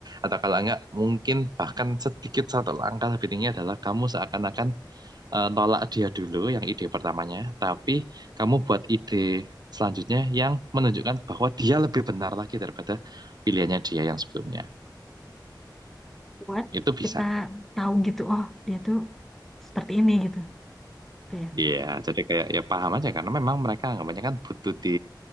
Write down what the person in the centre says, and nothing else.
buat
kita tahu gitu. Oh dia tuh seperti ini gitu, gitu ya.